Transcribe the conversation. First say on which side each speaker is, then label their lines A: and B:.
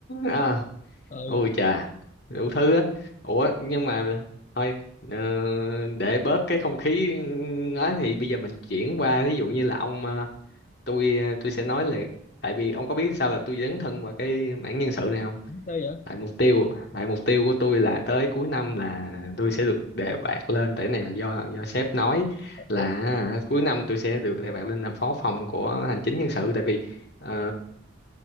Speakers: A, on the left; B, on the left.
A: À,
B: ờ
A: ôi chà, đủ thứ á. Ủa, nhưng mà thôi, ờ, để bớt cái không khí nói thì bây giờ mình chuyển qua ví dụ như là ông, ờ, tôi ờ, tôi sẽ nói là tại vì ông có biết sao là tôi dấn thân vào cái mảng nhân sự này không?
B: sao vậy
A: tại mục tiêu tại mục tiêu của tôi là tới cuối năm là tôi sẽ được đề bạt lên tại cái này là do do sếp nói
B: Ồ,
A: là cuối năm tôi sẽ được đề bạt lên làm phó phòng của hành chính nhân sự tại vì ờ,